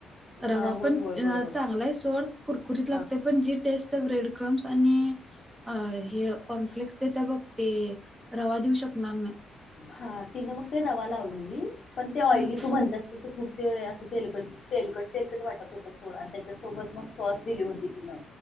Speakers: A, on the left; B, on the right.
A: हा
B: रवा
A: होय
B: पण <inaudible>
A: होय
B: चांगलाय
A: बरोबर
B: सोड कुरकुरीत लागत
A: हा
B: पण जी टेस्ट <inaudible> ब्रेड क्रम्स आणि-अ अ हे कॉन्फ्लीक्स देतय बघ ते रवा देऊ शकणार नाय.
A: हा तिनं मग ते रवा लावलेली पण ते ऑइली
B: हम्म
A: तू म्हणतस ते खूप ते असं तेलकट तेलकट तेलकट वाटत होतं सोड आणि त्याच्यासोबत मग सॉस दिली होती तिनं